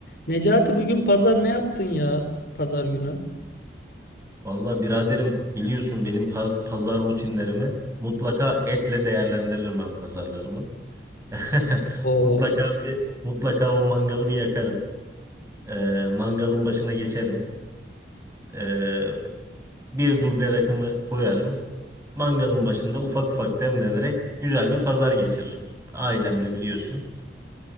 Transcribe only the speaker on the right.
Vallahi biraderim biliyorsun benim paz- pazar rutinlerimi mutlaka etle değerlendiririm ben pazarlarımı. <laughs>
Mutlaka bir mutlaka o mangalı bir yakarım. Ee, mangalın başına geçerim. Ee, bir duble rakımı koyarım. Mangalın başında ufak ufak demlenerek güzel bir pazar geçiririm. Ailemle biliyorsun.